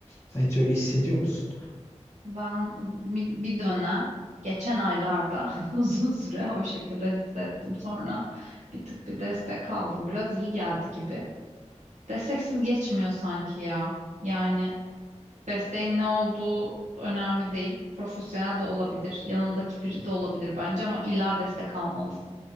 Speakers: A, on the left; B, on the right.
A: Sen hiç öyle hissediyor musun?
B: Ben bi- bir dönem geçen aylarda <laughs> uzun süre o şekilde hissettim. Sonra bir tık bir destek aldım. Biraz iyi geldi gibi. Desteksiz geçmiyor sanki ya. Yani desteğin ne olduğu önemli değil. Profesyonel de olabilir. Yanındaki biri de olabilir bence ama illa destek almalısın.